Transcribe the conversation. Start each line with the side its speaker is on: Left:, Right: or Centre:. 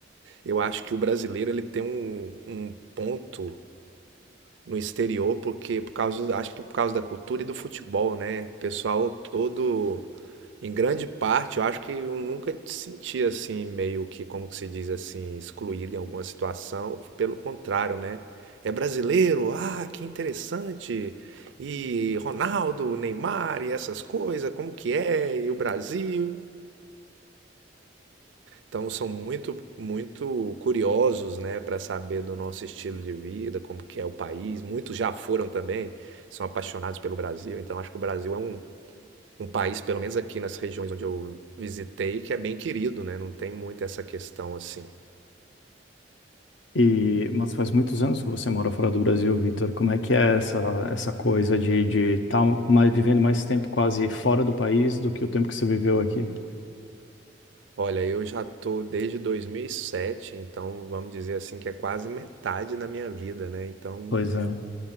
Right: eu acho que o brasileiro ele tem um, um ponto no exterior, porque por causa, acho que por causa da cultura e do futebol, né? O pessoal todo, em grande parte, eu acho que eu nunca te senti assim, meio que, como que se diz assim, excluído em alguma situação. Pelo contrário, né? É brasileiro, ah, que interessante. E Ronaldo, Neymar e essas coisas, como que é? E o Brasil? Então são muito, muito curiosos, né, para saber do nosso estilo de vida, como que é o país. Muitos já foram também, são apaixonados pelo Brasil. Então acho que o Brasil é um, um país, pelo menos aqui nas regiões onde eu visitei, que é bem querido, né? Não tem muito essa questão assim.
Left: E, mas faz muitos anos que você mora fora do Brasil, Vitor. Como é que é essa, essa coisa de estar de estar mais, vivendo mais tempo quase fora do país do que o tempo que você viveu aqui?
Right: Olha, eu já tô desde 2007, então vamos dizer assim que é quase metade da minha vida, né? Então
Left: Pois é.